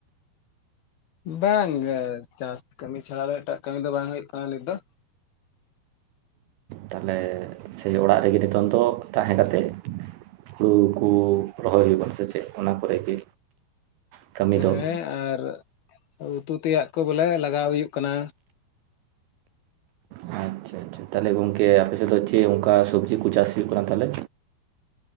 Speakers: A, on the left; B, on the right.
A: ᱵᱟᱝ ᱜᱮ ᱪᱟᱥ ᱠᱟᱹᱢᱤ ᱪᱷᱟᱲᱟ ᱫᱚ ᱮᱴᱟᱜ ᱠᱟᱹᱢᱤ ᱫᱚ ᱵᱟᱝ ᱦᱩᱭᱩᱜ ᱠᱟᱱᱟ ᱱᱤᱛ ᱫᱚ ᱾
B: ᱛᱟᱦᱚᱞᱮ ᱥᱮ ᱚᱲᱟᱜ ᱨᱮᱜᱮ ᱱᱤᱛᱚᱝ ᱫᱚ ᱛᱟᱦᱮᱸ ᱠᱟ ᱠᱟᱛᱮᱫ ᱦᱩᱲᱩ ᱠᱚ ᱨᱚᱦᱚᱭ ᱦᱩᱭᱩᱜ ᱠᱟᱱᱟ ᱥᱮᱪᱮᱫ ᱚᱱᱟ ᱠᱚᱨᱮ ᱜᱮ? ᱠᱟᱹᱢᱤ ᱫᱚ
A: ᱦᱮᱸ ᱟᱨ ᱩᱛᱩ ᱛᱮᱭᱟᱜ ᱠᱚ ᱵᱚᱞᱮ ᱞᱟᱜᱟᱣ ᱦᱩᱭᱩᱜ ᱠᱟᱱᱟ ᱾
B: ᱟᱪᱪᱷᱟ ᱛᱟᱦᱚᱞᱮ ᱜᱚᱝᱠᱮ ᱟᱯᱮ ᱥᱮᱫ ᱫᱚ ᱪᱮᱫ ᱚᱱᱠᱟ ᱥᱚᱵᱽᱡᱤ ᱠᱚ ᱪᱟᱥ ᱦᱩᱭᱩᱜ ᱠᱟᱱᱟ ᱛᱟᱦᱚᱞᱮ?